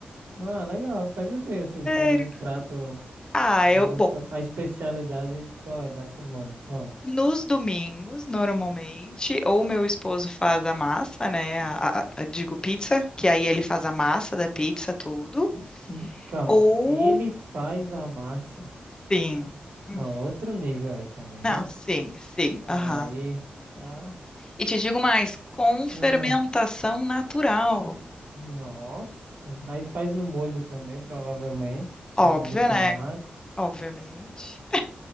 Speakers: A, on the right (about 70°); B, on the left (about 25°).
A: Ah, legal. Faz o quê, assim?
B: <laughs> Sério.
A: Tem algum prato,
B: Ah,
A: algum
B: eu, bom,
A: pra... A especialidade, qual é da Simone? Qual é?
B: nos domingos, normalmente, ou meu esposo faz a massa, né? a- a- a- digo pizza, que aí ele faz a massa da pizza, tudo.
A: Ah, hum, Calma.
B: Ou
A: Ele faz a massa.
B: sim. Hum,
A: Ah, outro nível aí também,
B: Não,
A: né?
B: sim, sim,
A: Pera
B: aham.
A: aí, tá?
B: E te digo mais, com fermentação
A: Ah,
B: natural.
A: né? Nossa. Aí faz o molho também, provavelmente.
B: Óbvio,
A: Molho de tomate.
B: né? Obviamente.